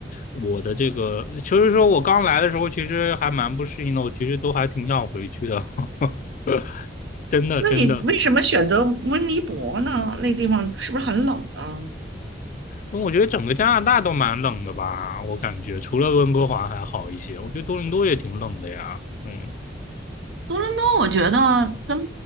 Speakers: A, on the left; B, on the right.
A: 我的这个就是说我刚来的时候其实还蛮不适应的，我其实都还挺想回去的，<laughs> 真的真的，
B: 那你为什么选择温尼伯呢？那地方是不是很冷呢？
A: 因为我觉得整个加拿大都蛮冷的吧，我感觉除了温哥华还好一些，我觉得多伦多也挺冷的呀，嗯，
B: 多伦多，我觉得跟